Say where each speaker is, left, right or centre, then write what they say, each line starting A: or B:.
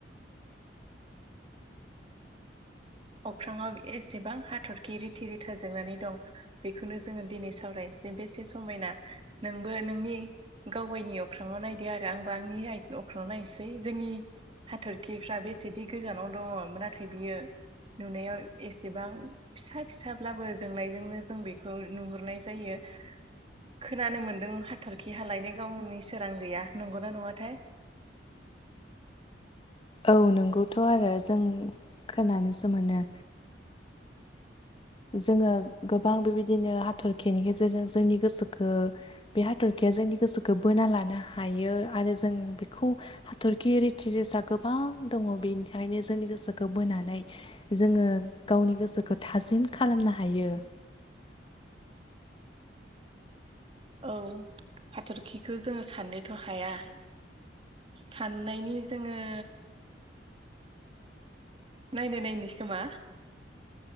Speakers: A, on the right; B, on the left.
A: अख्रांआव एसेबां हाथरखि रिथि-रिथा जोंनानै दं बेखौनो जोङो दिनै सावरायनोसै। बेसे समायना नोंबो नोंनि गावबायनि अख्राङाव नायदो आरो आंबो आंनि अख्राव नायसै जोंनि हाथरखिफ्रा बेसेदि गोजानाव दङ नाथाय बियो नुनायाव एसेबां फिसा-फिसाब्लाबो जोंनायजोंनो जों बेखौ नुहुरनाय जायो। खोनानो मोनदों हाथरखि हालायनो गावनि सोरां गैया। नंगौना नङाथाय?
B: औ नोंगौथ' आरो जों खोनानोसो मोनो। जोङो गोबां बेबायदिनो हाथरखिनि गेजेरजों जोंनि गोसोखो बे हाथरखि- जोंनि गोसोखौ बोना लानो हायो आरो जों बेखौ हाथरखि रिथि-रिथा गोबां गोबां दङ बेनिखायनो जोंनि गोसोखौ बोनानै जोङो गावनि गोसोखौ थाजिम खालामनो हायो।
A: औ हाथरखिखौ जोङो साननोथ' हाया। साननायनि जोङो नायनो नायनो खोमा।